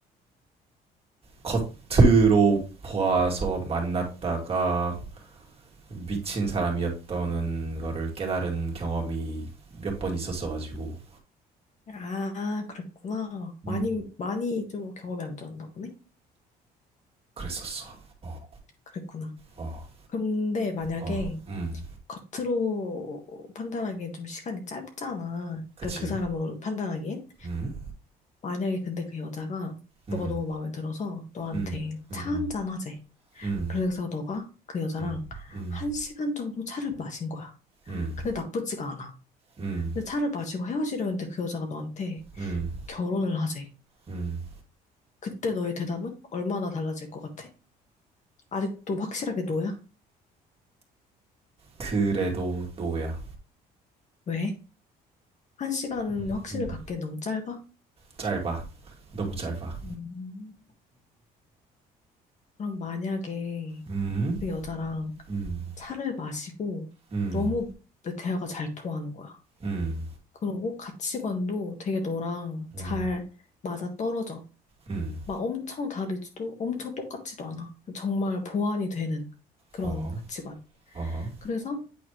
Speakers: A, on the right; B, on the left.
A: 겉으로 보아서 만났다가 미친 사람이었다는 거를 깨달은 경험이 몇 번 있었어 가지고
B: 아, 그랬구나.
A: 음.
B: 많이, 많이 좀 경험이 안 좋았나 보네?
A: 그랬었어. 어.
B: 그랬구나.
A: 어.
B: 근데 만약에
A: 어, 음,
B: 겉으로 판단하기엔 좀 시간이 짧잖아.
A: 그치.
B: 그러니까 그 사람으로 판단하기엔.
A: 음,
B: 만약에 근데 그 여자가
A: 음,
B: 너가 너무 마음에 들어서 너한테
A: 음, 음,
B: 차 한잔 하재.
A: 음,
B: 그래서 너가 그 여자랑
A: 음, 음, 음,
B: 한 시간 정도 차를 마신 거야.
A: 음,
B: 근데 나쁘지가 않아.
A: 음,
B: 근데 차를 마시고 헤어지려는데 그 여자가 너한테
A: 음,
B: 결혼을 하재.
A: 음.
B: 그때 너의 대답은 얼마나 달라질 것 같아? 아직도 확실하게 너야?
A: 그래도 노야.
B: 왜? 한 시간
A: 음,
B: 확신을
A: 음.
B: 갖기엔 너무 짧아?
A: 짧아. 너무 짧아.
B: 음. 그럼 만약에
A: 음,
B: 그 여자랑
A: 음,
B: 차를 마시고
A: 음,
B: 너무 내 대화가 잘 통하는 거야.
A: 음,
B: 그러고 가치관도 되게 너랑
A: 음,
B: 잘 맞아 떨어져.
A: 음.
B: 막 엄청 다르지도 엄청 똑같지도 않아. 정말 보완이 되는 그런
A: 어허,
B: 가치관.
A: 어허.
B: 그래서